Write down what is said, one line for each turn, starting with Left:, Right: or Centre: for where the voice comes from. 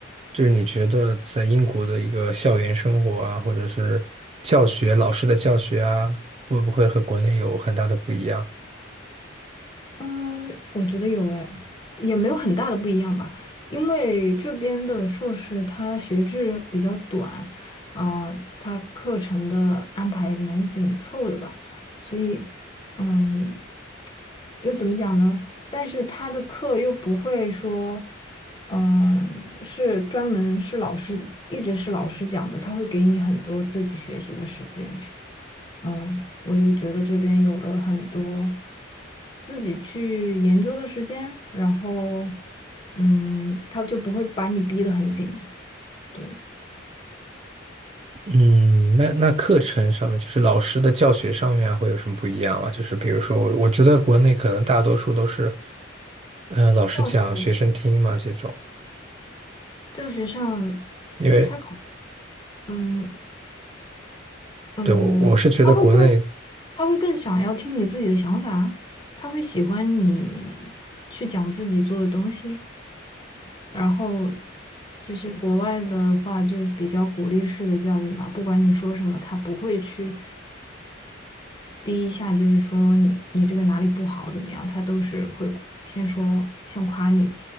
Right: 就是你觉得在英国的一个校园生活啊，或者是教学老师的教学啊，会不会和国内有很大的不一样？
Left: 嗯，我觉得有诶，也没有很大的不一样吧，因为这边的硕士它学制比较短，啊、它课程的安排蛮紧凑的吧，所以，嗯，又怎么讲呢？但是他的课又不会说，嗯、是专门是老师一直是老师讲的，他会给你很多自己学习的时间，嗯，我就觉得这边有了很多自己去研究的时间，然后，嗯，他就不会把你逼得很紧。对，
Right: 嗯，那那课程上面，就是老师的教学上面啊，会有什么不一样吗？就是比如说我，我觉得国内可能大多数都是呃，老师讲，
Left: 教学
Right: 学生听嘛这种，
Left: 教学上，
Right: 因为
Left: 他可嗯呃，
Right: 对我我是觉得国内，
Left: 他会更他会更想要听你自己的想法，他会喜欢你去讲自己做的东西。然后，其实国外的话就比较鼓励式的教育嘛，不管你说什么，他不会去。第一下就是说你你这个哪里不好怎么样，他都是会先说先夸你，